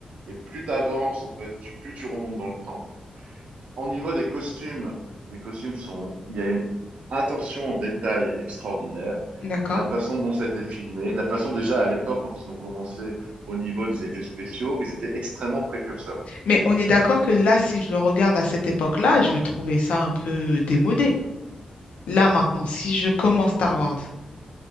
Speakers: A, on the right; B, on the left.
A: Et plus tu avances, en fait, tu- plus tu remontes dans le temps. Au niveau des costumes, les costumes sont, il y a une attention au détail extraordinaire.
B: D'accord.
A: La façon dont ça a été filmé, la façon déjà à l'époque, quand ils ont commencé au niveau des effets spéciaux, ils étaient extrêmement précurseurs.
B: Mais on est d'accord que là, si je le regarde à cette époque-là, je vais trouver ça un peu démodé. Là, maintenant, si je commence Star Wars.